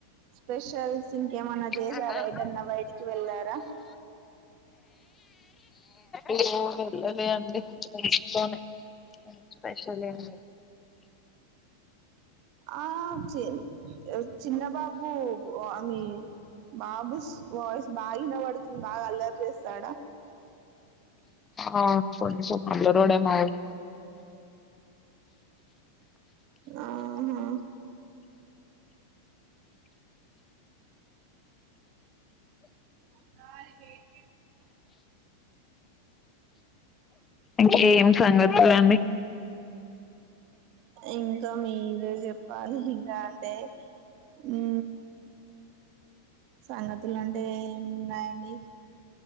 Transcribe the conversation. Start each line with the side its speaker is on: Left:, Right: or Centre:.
Right: స్పెషల్ ఇంకేమన్నా చేసారా
Left: ఎటు
Right: ఎటన్నా బయటికి వెళ్ళారా
Left: ఎమో వెళ్ళలే అండి ఇంట్లోనే స్పెషల్ ఏమి లేదు
Right: ఆ చె చిన్న బాబు ఆ మీ బాబు స్ వాయిస్ బాగా వినపడుతుంది బాగా అల్లరి చేస్తాడా
Left: ఆ కొంచం అల్లరోడే మా
Right: ఆహా ఆ
Left: ఇంక ఏం సంగతులండి
Right: ఇంకా మీరే చెప్పాలి ఇంకా అంటే హు సంగతులు అంటే ఏమున్నాయండి